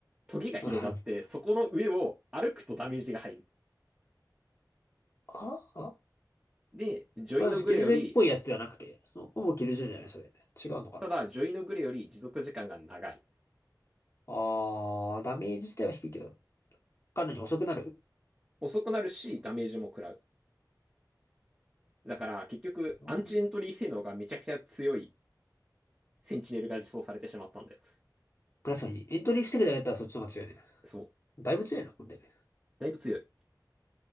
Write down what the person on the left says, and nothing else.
<laughs>
ああ、
まあ、キルジョイっぽいやつじゃなくて、その、ほぼキルジョイじゃない、それ。違うのかな。
あー、ダメージ自体は低いけど、かなり遅くなる。
なるほどね
確かに、エントリー防ぐだけだったらそっちの方が強いね。
だいぶ強いな、ほんで。